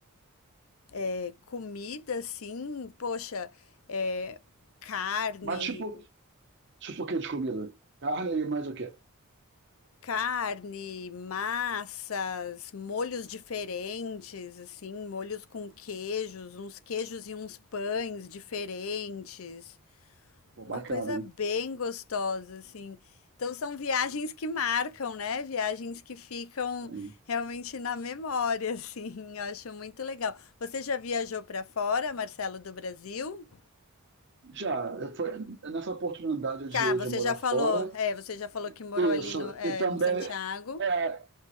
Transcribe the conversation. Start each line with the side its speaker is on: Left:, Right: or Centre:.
Left: é, comida, assim, poxa, é, carne,
Right: Mas tipo, tipo o quê de comida? Carne e mais o quê?
Left: carne, massas, molhos diferentes, assim, molhos com queijos, uns queijos e uns pães diferentes.
Right: Pô, bacana,
Left: Uma coisa
Right: hein?
Left: bem gostosa, assim. Então são viagens que marcam, né? Viagens que ficam
Right: Hum.
Left: realmente na memória, assim. <laughs> Eu acho muito legal. Você já viajou para fora, Marcelo, do Brasil?
Right: Já, eh, foi nessa oportunidade
Left: Cá,
Right: de,
Left: você
Right: de morar
Left: já falou,
Right: fora,
Left: é, você já falou que morou
Right: isso,
Left: ali no, é,
Right: e também,
Left: em Santiago.
Right: é,